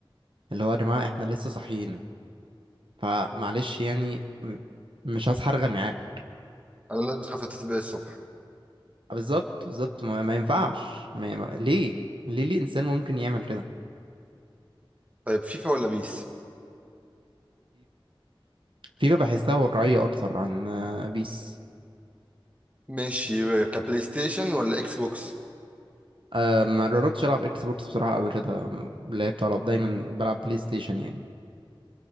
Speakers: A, on the right (about 65°); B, on the right (about 15°).
A: اللي هو يا جماعه احنا لسه صاحيين فمعلش يعني م- مش هصحى ارغي معاك
B: أنا الناس بتخاف تتبع الصبح
A: بالظبط بالظبط ما, ما ينفعش ما... ما... ليه ليه ليه انسان ممكن يعمل كده
B: طيب فيفا ولا بيس
A: فيفا بحسها واقعية أكتر عن آه، بيس
B: ماشي كبلاي ستيشن ولا إكس بوكس
A: أه ما جربتش ألعب إكس بوكس بصراحة قبل كده لعبت على دايما بلعب بلاي ستيشن يعني